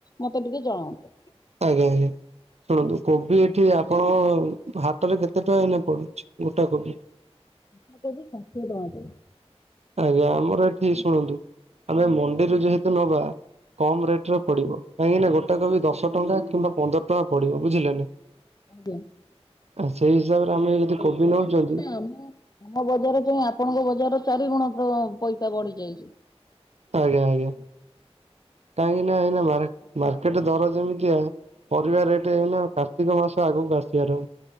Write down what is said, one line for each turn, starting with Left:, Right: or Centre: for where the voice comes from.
Left: ମତେ ଟିକେ ଜଣାନ୍ତୁ।
Right: ଆଜ୍ଞା-ଆଜ୍ଞା ଶୁଣନ୍ତୁ କୋବି ଏଠି ଆପଣ ହାଟରେ କେତେ ଟଙ୍କା ଏଇନା ପଡୁଛି ଗୋଟା କୋବି?
Left: ବନ୍ଧା କୋବି ଷାଠିଏ ଟଙ୍କା କେଜି।
Right: ଆଜ୍ଞା ଆମର ଏଠି ଶୁଣନ୍ତୁ ଆମେ ମଣ୍ଡିରେ ଯେହେତୁ ନବା କମ ରେଟ ରେ ପଡିବ କାହିଁକି ନା ଗୋଟା କୋବି ଦଶ ଟଙ୍କା କିମ୍ବା ପନ୍ଦର ଟଙ୍କା ପଡିବ ବୁଝିଲେ ନା।
Left: ଆଜ୍ଞା।
Right: ଆ ସେଇ ହିସାବରେ ଆମେ ଯଦି
Left: ଏ
Right: କୋବି
Left: ବହୁତ
Right: ନଉଛନ୍ତି
Left: ମାନେ ଆମ ଆମ ବଜାର ଚା ଆପଣଙ୍କ ବଜାର ର ଚାରି ଗୁଣ ତ ପ ପଇସା ବଢି ଯାଇଛି।
Right: ଆଜ୍ଞା ଆଜ୍ଞା କାହିଁକି ନା ଏଇନା ମାର୍କେଟ ଦର ଯେମିତିଆ ପରିବା ରେଟ ଏଇନା କାର୍ତ୍ତିକ ମାସ ଆଗକୁ ଆସିବାର